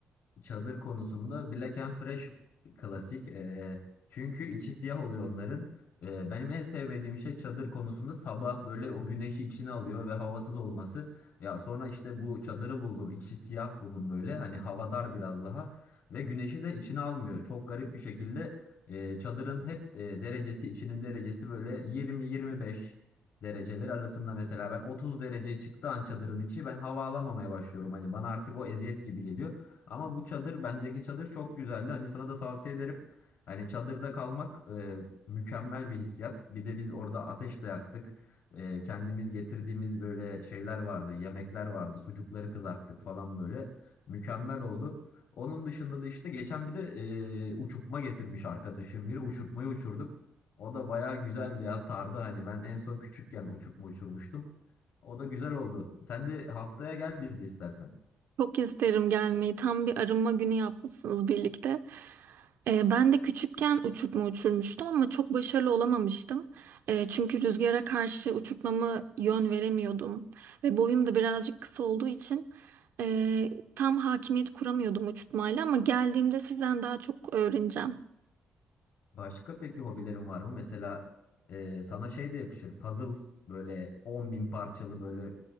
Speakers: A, on the left (about 65°); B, on the right (about 65°).
A: Çadır konusunda Black and Fresh klasik. Ee, çünkü içi siyah oluyor onların. Ee, benim en sevmediğim şey çadır konusunda sabah böyle o güneşi içine alıyor ve havasız olması. Ya sonra işte bu çadırı buldum. içi siyah buldum böyle. Hani havadar biraz daha. Ve güneşi de içine almıyor. Çok garip bir şekilde e, çadırın hep e, derecesi, içinin derecesi böyle 20-25 dereceler arasında mesela ben 30 dereceye çıktığı an çadırın içi ben hava alamamaya başlıyorum. Hani bana artık o eziyet gibi geliyor. Ama bu çadır bendeki çadır çok güzeldi. Hani sana da tavsiye ederim. Hani çadırda kalmak e, mükemmel bir hissiyat. Bir de biz orada ateş de yaktık. E, kendimiz getirdiğimiz böyle şeyler vardı. Yemekler vardı. Sucukları kızarttık falan böyle. Mükemmel oldu. Onun dışında da işte geçen bir de e, uçurtma getirmiş arkadaşım biri. Uçurtmayı uçurduk. O da bayağı güzeldi ya sardı hani ben en son küçükken uçurtma uçurmuştum. O da güzel oldu. Sen de haftaya gel biz de istersen.
B: Çok isterim gelmeyi. Tam bir arınma günü yapmışsınız birlikte. Ee, ben de küçükken uçurtma uçurmuştum ama çok başarılı olamamıştım. Ee, çünkü rüzgara karşı uçurtmamı yön veremiyordum. Ve boyum da birazcık kısa olduğu için e, tam hakimiyet kuramıyordum uçurtmayla ama geldiğimde sizden daha çok öğreneceğim.
A: Başka peki hobilerin var mı? Mesela e, sana şey de yakışır. Puzzle böyle 10 bin parçalı böyle